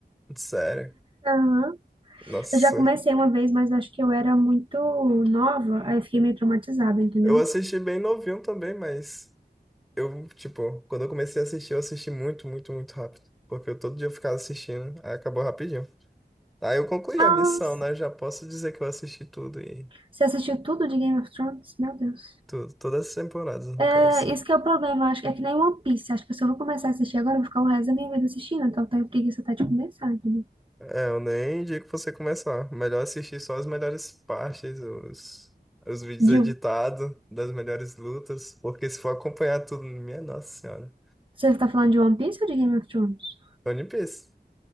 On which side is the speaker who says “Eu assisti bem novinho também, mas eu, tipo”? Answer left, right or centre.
Centre